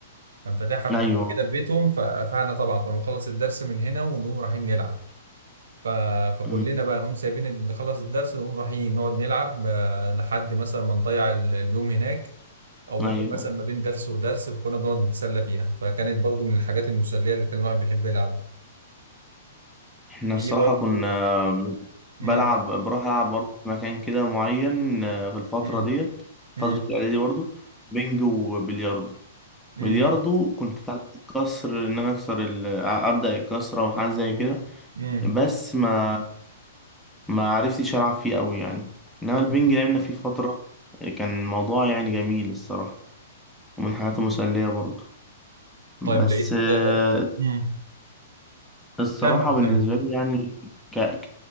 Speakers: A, on the right; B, in the centre.
A: كان فاتحها في مكان
B: ايوه
A: كده في بيتهم ف- فاحنا طبعا كنا بنخلص الدرس من هنا ونقوم رايحين نلعب ف- فكلنا
B: أمم،
A: بقى نقوم سايبين نخلص الدرس نقوم رايحين نقعد نلعب آه، لحد مثلا ما نضيع ال- اليوم هناك او ممكن
B: ايوه
A: مثلا ما بين درس ودرس فكنا بنقعد نتسلى فيها فكانت برضو من الحاجات المسلية اللي كان الواحد بيحب يلعبها
B: احنا
A: في
B: الصراحة
A: برضو
B: كنا
A: مم،
B: بلعب بروح العب برضه في مكان كده معين آه، في الفترة
A: مم،
B: ديت
A: مم،
B: فترة الاعدادي برضه بنج وبلياردو
A: مم،
B: بلياردو كنت اتعلمت الكسر ان انا اكسر ال... ابدا الكسره وحاجه زي كده
A: مم،
B: بس ما ما عرفتش العب فيه قوي يعني انما
A: مم.
B: البنج لعبنا فيه فتره كان الموضوع يعني جميل الصراحه ومن الحاجات المسليه برضه بس
A: طيب لقيت
B: آه،
A: مم.
B: الصراحه
A: كمل
B: بالنسبه
A: كمل
B: لي يعني ك... ك...